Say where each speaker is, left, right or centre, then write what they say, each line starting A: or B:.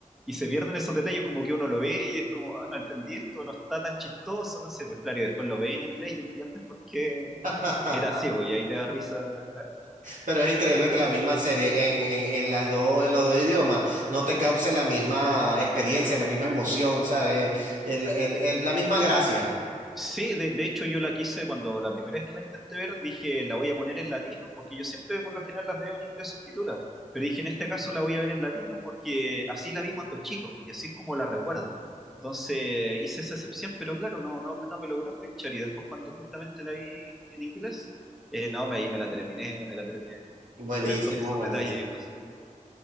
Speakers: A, in the centre; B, on the right.
A: Y se pierden esos detalles, como que uno lo ve y es como, ah, no entendí esto, no está tan chistoso, no sé, pues claro, y después lo ve en inglés y entiendes por qué
B: <laughs>
A: era así, pues, y ahí te da risa, claro.
B: Pero es increíble que la misma serie en, en, en las dos, en los dos idiomas no te cause la misma experiencia, la misma emoción, ¿sabes? El- el- el- la misma gracia.
A: Sí, de, de hecho yo la quise cuando la primera vez que la intenté ver, dije la voy a poner en latino, porque yo siempre por lo general las veo en inglés subtitulada, pero dije en este caso la voy a ver en latino porque así la vi cuando chico, pues, y así es como la recuerdo. Entonces hice esa excepción, pero claro, no, no, no me logró enganchar y después cuando justamente la vi en inglés, eh, no, me, ahí me la terminé, me la terminé,
B: Buenísimo,
A: por estos esos
B: buenísimo.
A: detalles y cosas.